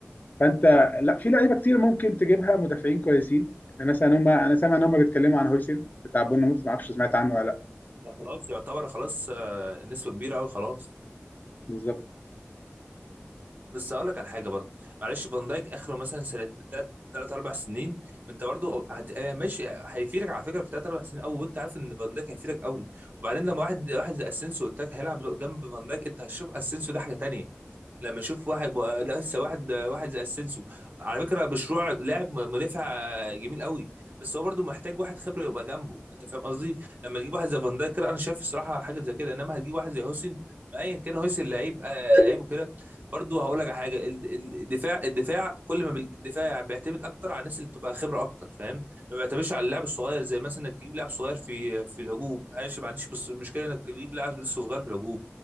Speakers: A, on the left (about 40°); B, on the right (about 40°).
A: فانت لا في لعيبه كتير ممكن تجيبها مدافعين كويسين يعني مثلا هم انا سامع ان هم بيتكلموا عن هويسن بتاع بورنموث ما اعرفش سمعت عنه ولا لا
B: ده خلاص يعتبر خلاص آه، نسبه كبيره قوي خلاص
A: بالظبط
B: بس اقول لك على حاجه برضو معلش فان دايك اخره مثلا سنه ثلاث ثلاث اربع سنين انت برضو هت- آه، ماشي هيفيدك على فكره في ثلاث اربع سنين قوي وانت عارف ان فان دايك هيفيدك قوي وبعدين لما واحد واحد زي اسينسيو قلت لك هيلعب جنب فان دايك انت هتشوف اسينسيو ده حاجه تانيه لما اشوف واحد م... لا، لسه واحد واحد زي اسينسيو على فكره مشروع لاعب مدافع جميل قوي بس هو برضو محتاج واحد خبره يبقى جنبه انت فاهم قصدي لما تجيب واحد زي فان دايك كده، انا شايف الصراحه حاجه زي كده انما هتجيب واحد زي هوسن ما ايا كان هوسن لعيب آه، لعيبه كده برضو هقول لك على حاجه ال- ال- الدفاع الدفاع كل ما بي- الدفاع بيعتمد اكتر على الناس اللي بتبقى خبره اكتر فاهم ما بيعتمدش على اللاعب الصغير زي مثلا انك تجيب لاعب صغير في في الهجوم معلش ما عنديش بس- مشكله انك تجيب لاعب لسه صغير في الهجوم